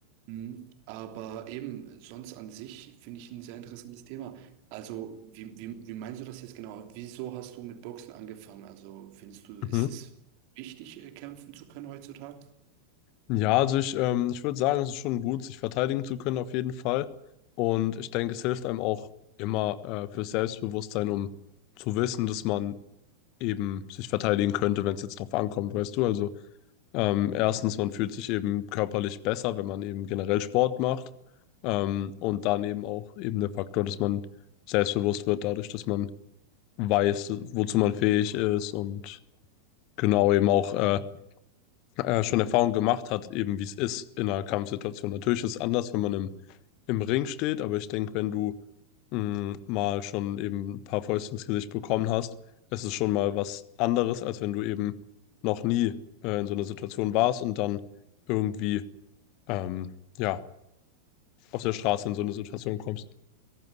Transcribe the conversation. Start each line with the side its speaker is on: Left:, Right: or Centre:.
Right: Mhm. Aber eben, sonst an sich finde ich ein sehr interessantes Thema. Also, wie, wie, wie meinst du das jetzt genau? Wieso hast du mit Boxen angefangen? Also, findest du, ist
Left: mhm.
Right: es wichtig, äh, kämpfen zu können heutzutage?
Left: Ja, also ich, ähm, ich würde sagen, es ist schon gut, sich verteidigen zu können auf jeden Fall. Und ich denke, es hilft einem auch immer äh, fürs Selbstbewusstsein, um zu wissen, dass man eben sich verteidigen könnte, wenn es jetzt drauf ankommt, weißt du? Also ähm, erstens, man fühlt sich eben körperlich besser, wenn man eben generell Sport macht. Ähm, und dann eben auch eben der Faktor, dass man selbstbewusst wird, dadurch, dass man weiß, wozu man fähig ist und genau eben auch äh, äh, schon Erfahrung gemacht hat, eben wie es ist in einer Kampfsituation. Natürlich ist es anders, wenn man im, im Ring steht, aber ich denke, wenn du mh, mal schon eben ein paar Fäuste ins Gesicht bekommen hast, es ist schon mal was anderes, als wenn du eben noch nie äh, in so einer Situation warst und dann irgendwie ähm, ja, auf der Straße in so eine Situation kommst.